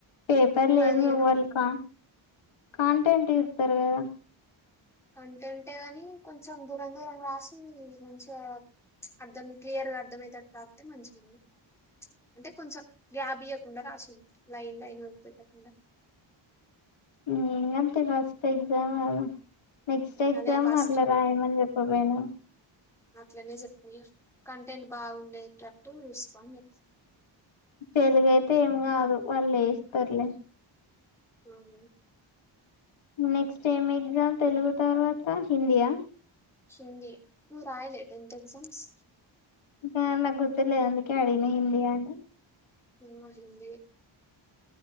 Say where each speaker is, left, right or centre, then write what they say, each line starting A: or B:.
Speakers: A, on the left (about 75°); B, in the centre.
A: పేపర్లు
B: పదిహేను
A: ఏమువల్క కాంటెంట్ ఇర్తారు గదా
B: కంటెంటే గాని కొంచెం దూరం దూరం రాసింది. మంచిగా అర్థం క్లియర్గా అర్థం అయితట్ రాతే మంచిగుండు. ప్చ్ అంటే కొంచెం గ్యాబ్ ఇయ్యాకుండా రాసింది. లైన్ లైన్ వదిల్పెట్టకుండా.
A: ఉమ్ అంతే ఫస్ట్ ఎక్జామ్అవ్ నెక్స్ట్ ఎగ్జామ్
B: అదే ఫస్ట్
A: అట్లా రాయమని చెప్పపోయినవ్
B: అట్లనే చెప్పా ఇగా కంటెంట్ బాగుండేటట్టు వుసుకో అని చెప్
A: తెలుగైతే ఏం గాదు వాల్లేస్తారులే
B: ఏమో మరి
A: నెక్స్ట్ ఏం ఎగ్జామ్ తెలుగు తర్వాత హిందీయా
B: హిందీ నువ్ రాయలే టెన్త్ ఎక్జామ్స్
A: కాద్ నాక్ గుర్తు లేదు. అందుకే అడిగిన హిందీ యా అని
B: ఫేమస్ హిందీ